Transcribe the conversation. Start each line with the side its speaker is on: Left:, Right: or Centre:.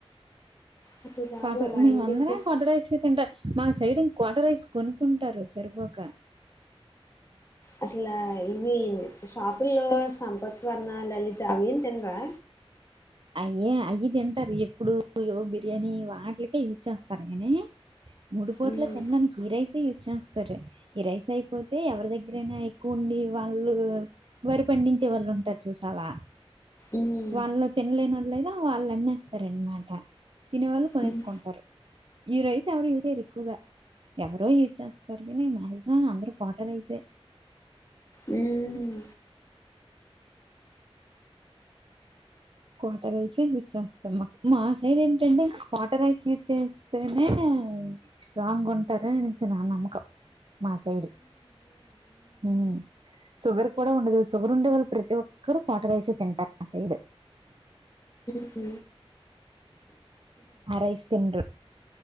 Left: నాకు బాగా
Right: కొట
Left: వాడు
Right: మేమందరం
Left: ఎందుకు ఇస్తున్నాడో
Right: కొట్ట రైస్ తింటారు మా సైడ్ కోట రైస్ కొనుకుంటారు సరిపోక
Left: అసలా ఇవి షాపుల్లో సంపత్సవర్ణ లలిత అవేం తినరా
Right: అయ్యే అయ్యి తింటారు ఎప్పుడు యో బిర్యానీ వాటికే యూజ చేస్తారు కానీ మూడు పూట్ల
Left: ఉమ్
Right: తిన్నానికి ఈ రైస్ యూస్ చేస్తారు ఈ రైస్ అయిపోతే ఎవరి దగ్గరనా ఎక్కువ ఉండి వాళ్ళు వరిప పండించే వాళ్ళు ఉంటారు చూసావా
Left: ఉమ్
Right: వాళ్ళు తినలేని వాళ్ళు, వాళ్ళు అమ్మేస్తారనమాట. తినే వాళ్ళు కొనేసుకుంటారు
Left: ఉమ్
Right: ఈ రైస్ ఎవరు యూజ్ చెయ్యరు ఎక్కువగా ఎవరో యూజ్ చేస్తన్నారు కానీ మాక్సిమం అందరు కోట రైసే
Left: ఉమ్
Right: క్వాట రైస్ యూజ్ చేస్తాం మా మా సైడ్ ఏంటంటే క్వాట రైస్ యూజ్ చేస్తేనే స్ట్రాంగ్ ఉంటార అనేసి నా నమ్మకం మాసైడు ఉమ్ షుగర్ కూడా ఉండదు షుగర్ ఉండే వాళ్ళు ప్రతి ఒక్కరు కోట రైసే తింటారు మా సైడ్
Left: ఉమ్
Right: ఆ రైస్ తిన్రు